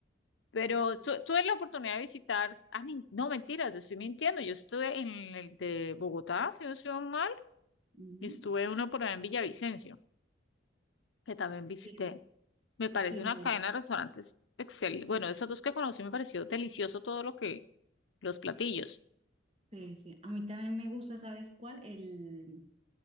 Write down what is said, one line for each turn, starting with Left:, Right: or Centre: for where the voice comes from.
Left: Pero su- tuve la oportunidad de visitar, ah, men- no, mentiras, estoy mintiendo. Yo estuve en el de Bogotá, si no estoy mal,
Right: Ujú.
Left: y estuve uno por allá en Villavicencio, que también visité.
Right: Sí,
Left: Me parece
Right: sí,
Left: una
Right: mo-
Left: cadena de restaurantes excelente. Bueno, esas dos que conocí me pareció delicioso todo lo que, los platillos.
Right: sí, sí. A mí también me gusta, ¿sabes cuál? El,